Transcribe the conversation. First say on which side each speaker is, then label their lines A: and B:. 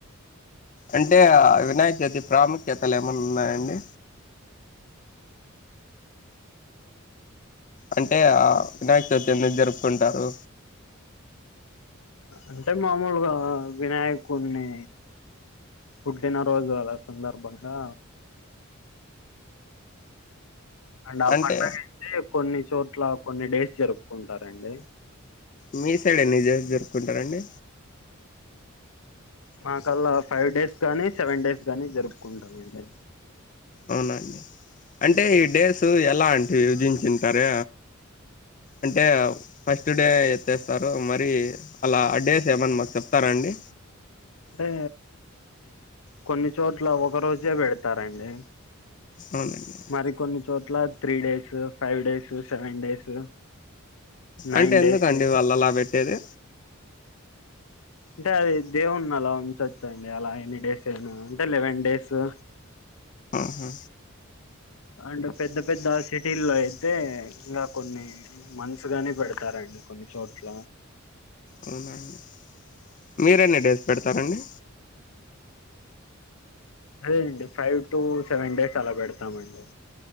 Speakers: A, on the left; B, on the left.
A: అంటే ఆ‌ వినాయక జ్యోతి ప్రాముఖ్యతలు ఏమైన ఉన్నాయండి అంటే ఆ వినాయక చవితి ఎందు జరుపుకుంటా ఓ
B: అంటే మామూలుగా వినాయకుని పుట్టిన రోజుల సందర్భంగా అండ్ ఆ
A: అంటే
B: పండగ అయితే కొన్ని చోట్ల కొన్ని డేస్ జరుపుకుంటారండి
A: మీ సైడ్ ఎన్ని డేస్ జరుపుకుంటారండి
B: మా కల్లా ఫైవ్ డేస్ గానీ సెవెన్ డేస్ గాని జరుపుకుంటామ అండి
A: అవునండి అంటే ఈ డేస్ ఎలా అంటే విభజించింటారు అంటే ఫస్ట్ డే ఎత్తేస్తారు మరి అలా ఆ డేస్ ఏమన్నా చెప్తారా అండి
B: అంటే కొన్ని చోట్ల ఒక రోజే పెడతారండి
A: అవునండి
B: మరి కొన్ని చోట్ల three days five days seven days నైన్
A: అంటే ఎందుకండి
B: డేస్
A: వాళ్ళ అలా పెట్టేది
B: అంటే అది దేవున్నలా ఉంచ్ఛొచ్చండి అలా ఎల్లి డేస్ ఏనా అంటె లెవెన్ డేస్ సో
A: అహా
B: అంటే పెద్ద పెద్ద సిటీల్లో అయితే ఇంకా కొన్ని మంత్స్ గానే పెడతారండి కొన్ని చోట్ల
A: అవునా అండి మీరు ఎన్ని డేస్ పెడతారండి
B: అదే అండి ఫైవ్ టూ సెవెన్ డేస్ అలా పెడతామండి